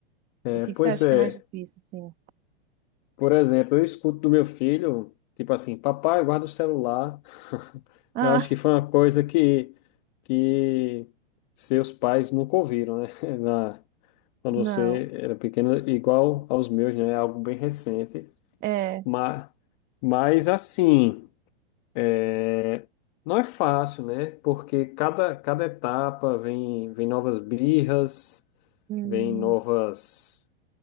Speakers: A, on the left; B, on the right.
A: É,
B: O que
A: pois
B: que você acha
A: é.
B: que é mais difícil, assim?
A: Por exemplo, eu escuto do meu filho, tipo assim, papai, guarda o celular.
B: Ah,
A: Eu acho que foi uma coisa que, que seus pais nunca ouviram, né? <laughs> Na, quando
B: <laughs>
A: você
B: não,
A: era pequeno, igual aos meus, né? É algo bem recente.
B: é. é.
A: Mas, mas assim, é, não é fácil, né? Porque cada, cada etapa vem, vem novas birras,
B: Hum,
A: vem novas,